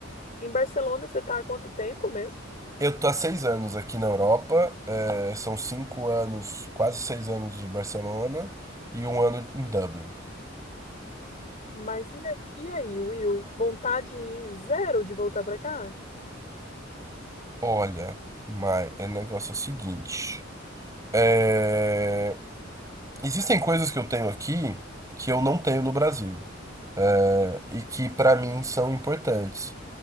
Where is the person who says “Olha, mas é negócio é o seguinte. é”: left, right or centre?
Right